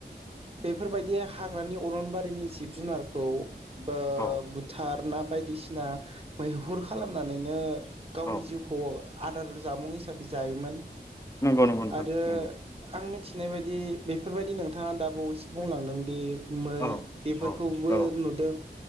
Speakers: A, on the right; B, on the left.
A: बेफोरबायदि हाग्रानि अरनबारिनि जिब जुनारखौ ओ
B: औ
A: बुथाद ना बायदिसिना मैहुर खालामनानैनो गावनि
B: औ
A: जिउखौ आदार जामुं हिसाबै जायोमोन।
B: नंगौ नंगौ नोंथां
A: आरो
B: नंगौ
A: आं मिथि फिनाय बायदि बेफोरबायदि नोंथाङा दा बावैसे बुंलांदों दि मै
B: औ
A: बेफोरखौबो
B: औ औ
A: नुदों